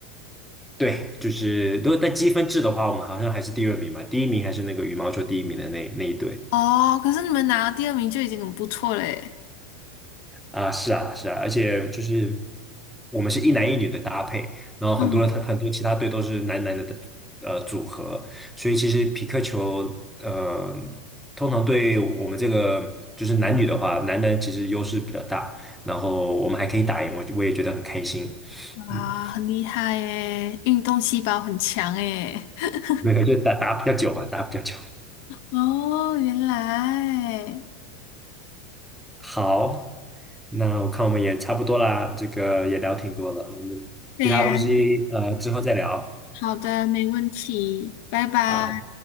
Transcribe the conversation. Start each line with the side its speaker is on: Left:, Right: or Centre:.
Centre: 对，就是如果在积分制的话，我们好像还是第二名嘛，第一名还是那个羽毛球第一名的那那一队。
Left: 哦，可是你们拿到第二名就已经很不错了耶。
Centre: 啊，是啊，是啊，而且就是我们是一男一女的搭配，然后很多很多其他队都是男男的呃组合，
Left: 嗯。
Centre: 所以其实匹克球呃通常对我们这个就是男女的话，男男其实优势比较大，然后我们还可以打赢，我我也觉得很开心，
Left: 哇，
Centre: 嗯，
Left: 很厉害耶，运动细胞很强耶。<laughs>
Centre: 没有就打打比较久吧，打比较久。
Left: 哦，原来，
Centre: 好，那我看我们也差不多啦，这个也聊挺多了，我们其他东西呃之后再聊
Left: 对呀，好的，没问题，拜拜。
Centre: 啊，